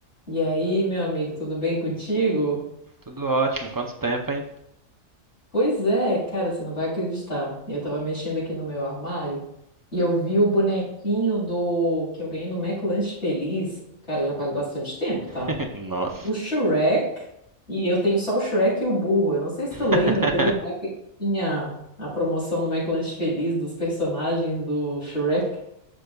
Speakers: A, on the left; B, on the right.
A: E aí, meu amigo, tudo bem contigo?
B: Tudo ótimo. Quanto tempo, hein?
A: Pois é, cara, você não vai acreditar. Eu tava mexendo aqui no meu armário e eu vi o bonequinho do que eu ganhei no McLanche Feliz. Cara, já faz bastante tempo, tá?
B: <laughs> Nossa.
A: O Shrek. E eu tenho só o Shrek e o burro. Eu não sei se tu lembra,
B: <laughs>
A: teve uma época que tinha a promoção no McLanche Feliz dos personagens do Shrek.